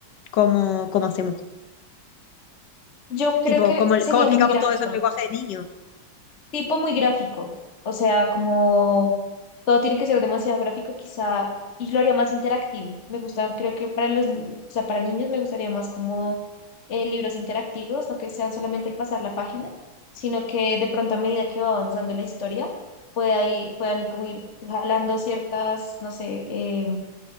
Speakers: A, on the left; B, on the left.
A: ¿cómo, cómo hacemos?
B: Yo creo
A: Tipo,
B: que
A: ¿cómo,
B: sería
A: cómo explicamos
B: muy gráfico,
A: todo eso en un lenguaje de niños?
B: tipo muy gráfico, o sea, como todo tiene que ser demasiado gráfico, quizá, y lo haría más interactivo. Me gusta, creo que para los, ni- o sea, para niños me gustaría más como eh, libros interactivos, no que sean solamente el pasar la página, sino que de pronto a medida que va avanzando la historia, pueda ir- puedan como ir jalando ciertas, no sé, eh,